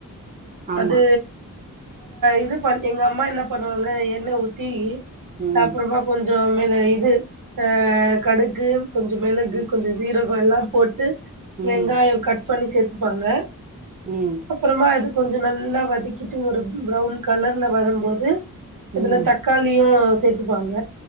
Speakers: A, on the right; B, on the right.
A: ஆமா
B: அது இது பண் எங்க அம்மா என்ன பண்ணுவாங்க எண்ண ஊத்தி
A: உம்
B: அப்புறமா கொஞ்சோ மேல இது ஆ கடுகு கொஞ்ச மெளகு
A: ம்
B: கொஞ்ச சீரோ எல்லாம் போட்டு வெங்காயம்
A: ம்
B: கட் பண்ணி சேத்து த்துப்பாங்க
A: ம்
B: அப்புறமா அது கொஞ்ச நல்லா வதக்கிட்டு ஒரு பிரவுன் கலர்ல வரும்போது இதுல
A: ம்
B: தக்காளியு சேத்துப்பாங்க